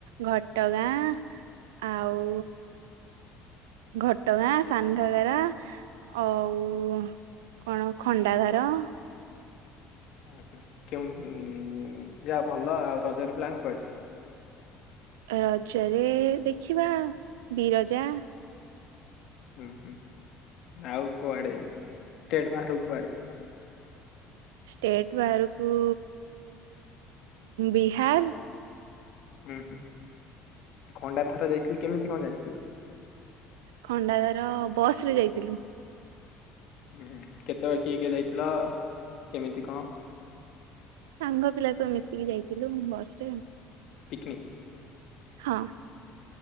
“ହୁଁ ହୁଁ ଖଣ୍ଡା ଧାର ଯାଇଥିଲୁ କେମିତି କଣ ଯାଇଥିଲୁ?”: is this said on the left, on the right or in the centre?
Left